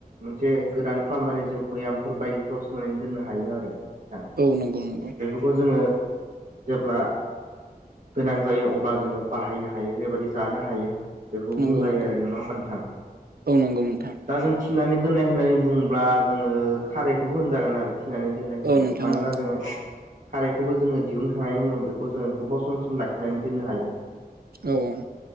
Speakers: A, on the right; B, on the right.
A: मोनसे गोदान खालामनानै जों भैयामफोर बायदिफ्राव सोनानै दोननो हायो आरो नोंथां
B: औ नंगौ नंगौ
A: बेफोरखौ जोङो जेब्ला गोनां जायो अब्ला जोङो बाहायनो हायो जेबाददि जानो हायो बेखौ
B: नंगौ
A: बुंजायो
B: नंगौ
A: आरो नङा होमबा नोंथां
B: औ नंगौ नोंथां
A: दा जों थिनानै दोननाय होननानै बुंब्ला जोङो खारैखौबो होनजागोन आरोखि थिनानै दोननाय होननानै
B: औ नोंथां
A: मानोना
B: औ
A: जोङो खारैखौबो जोङो दिहुननोखांनायनि उनाव बेखौ जोङो गोबाव समसिम लाखिनानै दोननो हायो
B: औ औ